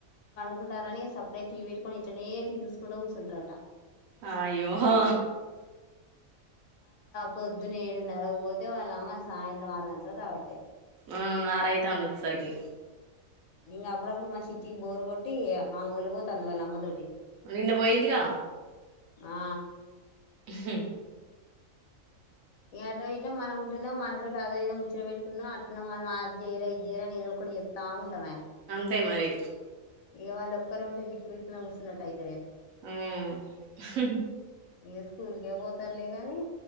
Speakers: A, on the left; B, on the right.
A: చదుకుంటారని సప్పుడేక టీవీ పెట్టుకని ఇంట్లోనే టీవీ చూసుకుంట కూర్చంటారట
B: అయ్యో హా
A: పొద్దున ఏడున్నర పోతే వాళ్ళ అమ్మ సాయంత్రం ఆరు గంటలుకు రాబట్టే
B: ఆ ఆరైతాంది అచ్చేసరికి
A: ఇంగ్ అప్పుడ అప్పుడు మా చిట్టికి బోర్ ఒకటి ఆ ములి పోతు అందవల్ళ అమ్మలతోటి
B: నిన్న పోయిందికా
A: ఆ
B: హ
A: ఇగ అటో ఇటో మన అన్నో మనతోటి అద ఏదో ముచట పెట్టుకున్నా అట్న్నో మనం అది చేయరా ఇది చేరా అని ఏదో ఒకటి చెప్తాం తవే
B: అంతే మరి
A: ఇగ వాళ్ళ ఒక్కరు ఉంటే బిక్కు బిక్కు కూసున్నట్టుయి
B: ఉమ్ హు
A: ఏ స్కూల్క పోతర్లే కాని